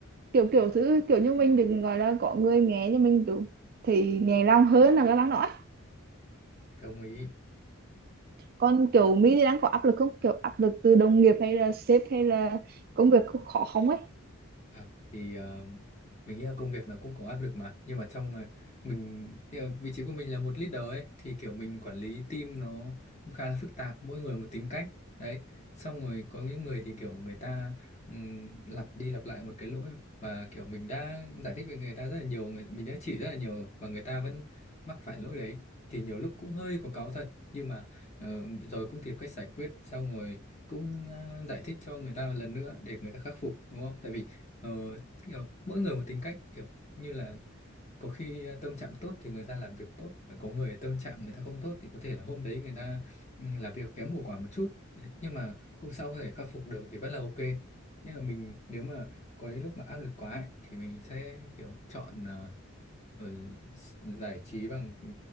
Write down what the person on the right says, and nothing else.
kiểu kiểu thứ kiểu như mình đừng gọi là có người nghe cho mình kiểu thì nhẹ lòng hơn là cái lắng nói
còn kiểu Mỹ thì đang có áp lực không kiểu áp lực từ đồng nghiệp hay là sếp hay là công việc khó không ấy